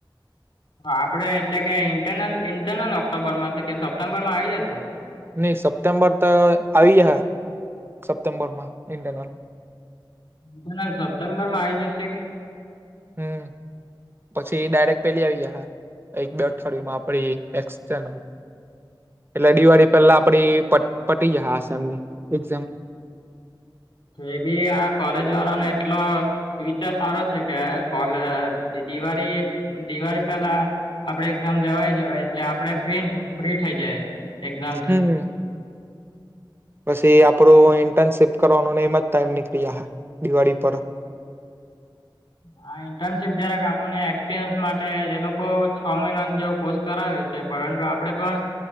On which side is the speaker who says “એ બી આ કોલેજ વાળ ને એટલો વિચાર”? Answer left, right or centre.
Left